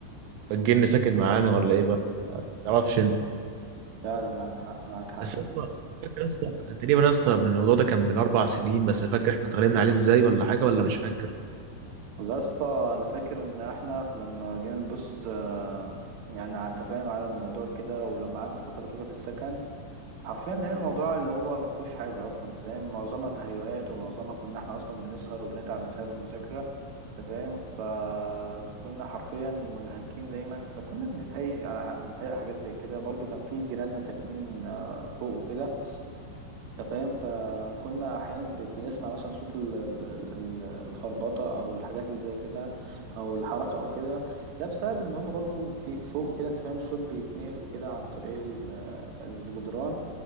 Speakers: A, on the right; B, on the right.
A: <laughs>
B: فالجن ساكن معانا ولا ايه بقى ما تعرفش انت
A: فعلا معاك حق معاك حق
B: بس يا اسطى فاكر يا اسطى تقريبا يا اسطى من الموضوع ده كان من اربع سنين بس فاكر احنا اتغلبنا عليه ازاي ولا حاجه ولا مش فاكر
A: والله يا اسطى انا فاكر ان احنا لما جينا نبص آه، يعني على- انت فاهم على الموضوع كده ولما قعدنا فتره طويله في السكن حرفيا لقينا الموضوع اللي هو ما فيهوش حاجه اصلا انت فاهم معظمها تهيؤات ومعظمها كنا احنا اصلا بنسهر وبنتعب بسبب المذاكره انت فاهم فكنا حرفيا منهكين دايما فكنا بنتهيئ على بنتهيئ حاجات زي كده برضو كان في جيراننا ساكنين آه، فوق وكده انت فاهم فكنا احيانا ب- بنسمع مثلا صوت ال- ال- ال- الخربطه او الحاجات اللي زي كده او الحركه او كده ده بسبب ان هم برضو في فوق كده انت فاهم الصوت بيتنقل وكده عن طريق ال- الجدران